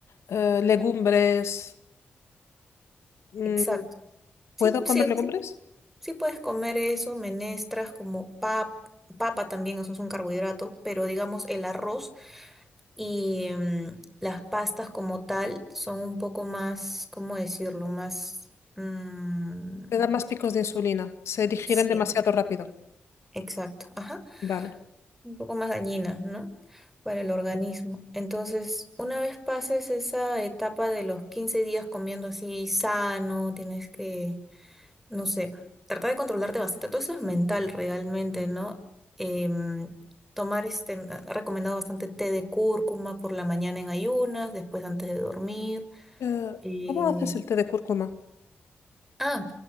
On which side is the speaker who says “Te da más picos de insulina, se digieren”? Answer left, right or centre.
Left